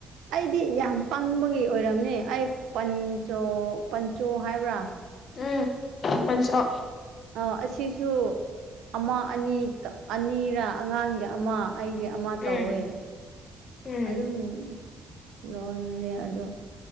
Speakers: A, on the right (about 80°); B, on the left (about 55°).
A: ꯑꯩꯗꯤ ꯌꯥꯝ ꯄꯪꯕꯒꯤ ꯑꯣꯏꯔꯝꯅꯤ ꯑꯩ ꯄꯟ ꯄꯟꯆꯣ ꯍꯥꯏꯕ꯭ꯔꯥ
B: ꯎꯝ ꯄꯟꯆꯣ
A: ꯑ ꯑꯁꯤꯁꯨ ꯑꯃ ꯑꯅꯤ ꯑꯅꯤꯔ ꯑꯉꯥꯡꯒꯤ ꯑꯃ ꯑꯩꯒꯤ ꯑꯃ
B: ꯎꯝ
A: ꯇꯧꯋꯦ
B: ꯎꯝ
A: ꯑꯗꯨꯝ ꯂꯣꯟꯅꯦ ꯑꯣ